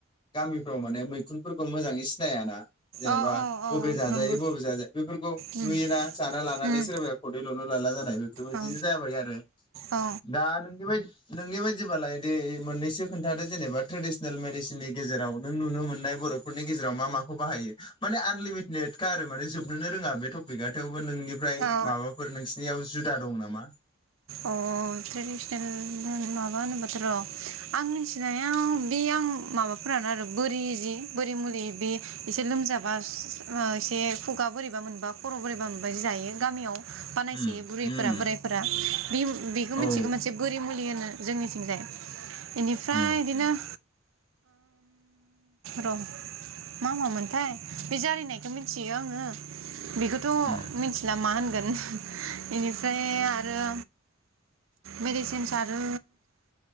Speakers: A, on the left; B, on the right.
A: गामिफ्राव माने मैखुनफोरखौ मोजाङै सिनाया ना। जेनेबा
B: अ अ
A: बबे
B: अ
A: जाजायो
B: नंगौ
A: बबे जाजाया बेफोरखौ
B: उम
A: नुयोना जाना लाना
B: उम
A: लानानै सोरबाया खदै ल'ल लाला जानाय बेफोरबायदिनो
B: औ
A: जाबाय आरो
B: औ
A: दा नोंनि बायदि नोंनि बायदिबालाय दे मोननैसो खोनथादो जेनबा ट्रेन्सलेसन मेडिसिन नि गेजेराव नों नुनो मोननाय बर'फोरनि गेजेराव मा माखौ बाहायो मानि आन लामिट लेट खा आरो माने जोबनो रोङा बे थफिखा थेवबो नोंनि ओमफ्राय
B: औ
A: माबाफोर नोंसिनियाव जुदा दं ना मा?
B: अ ट्रेडिसनेल माबा होनोब्लााथ' र' आं मिथिनायाव बे आं माबाफोरानो आरो बोरि जि बोरि मुलि बे एसे लोमजाबा एसे खुगा बोरैबा मोनबा खर' बोरैबा मोनबा जि जायो गामियाव बानायसोयो
A: उम
B: बुरैफोरा
A: उम
B: बोरायफोरा बे-बेखौ मिथिगौ
A: औ
B: मोनसे बोरि मुलि होनो जोंनिथिंजाय। बेनिफ्राय
A: उम
B: इदिनो ओम र' मा मामोनथाय बे जारिनायखौ मिथियो आङो बेखौथ'
A: उम
B: मिथिला मा होन? <unintelligible> बेनिफ्राय आरो मेडिसिनस आरो